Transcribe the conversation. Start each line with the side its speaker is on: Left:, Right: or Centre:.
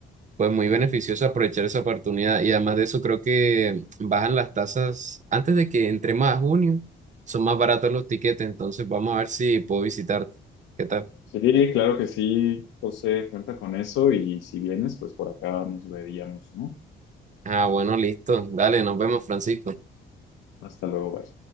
Right: pues muy beneficioso aprovechar esa oportunidad. Y además de eso, creo que bajan las tasas antes de que entremos a junio, son más baratos los tiquetes, entonces vamos a ver si puedo visitarte. ¿Qué tal?
Left: Sí, claro que sí, José, cuenta con eso y si vienes, pues por acá nos veríamos, ¿no?
Right: Ah, bueno, listo. Dale, nos vemos, Francisco.
Left: Hasta luego, bye.